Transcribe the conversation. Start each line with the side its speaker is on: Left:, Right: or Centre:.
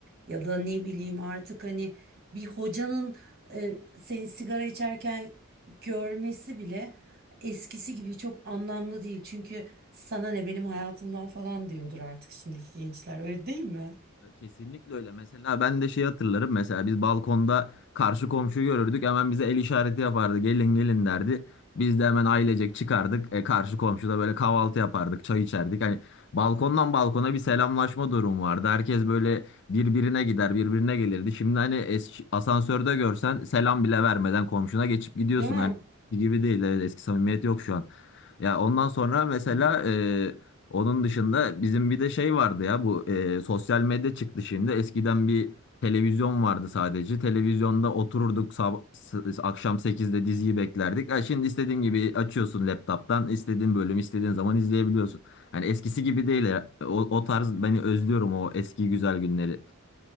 Right: Ya da ne bileyim artık hani bir hocanın e, seni sigara içerken görmesi bile eskisi gibi çok anlamlı değil. Çünkü sana ne benim hayatımdan falan diyordur artık şimdiki gençler. Öyle değil mi?
Left: Kesinlikle öyle. Mesela ben de şeyi hatırlarım. Mesela biz balkonda karşı komşuyu görürdük. Hemen bize el işareti yapardı. Gelin gelin derdi. Biz de hemen ailecek çıkardık. E, karşı komşuda böyle kahvaltı yapardık. Çay içerdik. Hani balkondan balkona bir selamlaşma durum vardı. Herkes böyle birbirine gider, birbirine gelirdi. Şimdi hani eski, asansörde görsen selam bile vermeden komşuna geçip gidiyorsun.
Right: Değil mi?
Left: Hani gibi değil. Evet, eski samimiyet yok şu an. Ya ondan sonra mesela
Right: Yani
Left: e, onun dışında bizim bir de şey vardı ya bu e, sosyal medya çıktı şimdi. Eskiden bir televizyon vardı sadece. Televizyonda otururduk sab- s- akşam sekizde diziyi beklerdik. Ha, şimdi istediğin gibi açıyorsun laptop'tan istediğin bölüm istediğin zaman izleyebiliyorsun. Hani eskisi gibi değil. ya. O, o tarz beni özlüyorum o eski güzel günleri.